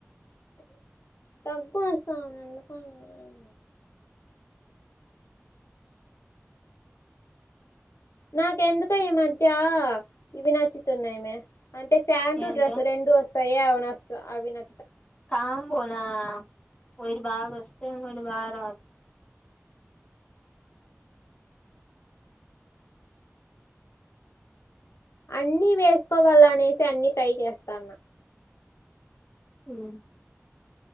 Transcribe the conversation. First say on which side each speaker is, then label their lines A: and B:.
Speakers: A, on the left; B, on the left.
A: దగ్గు వస్తది ఎందుకో ఏమో నాకెందుకో ఈ మధ్య ఇవి నచ్చుతున్నాయమే అంటే ఫ్యాంటు
B: ఏంటి
A: డ్రెస్ రెండు వస్త సయ అవనస్ అవినా
B: కామ్ బోనా ఒకటి బాగా వస్త ఇంకోటి బాగా దా ద్.
A: అన్ని వేసుకోవాల అనేసి అన్ని ట్రై చేస్తాన్న
B: హ్మ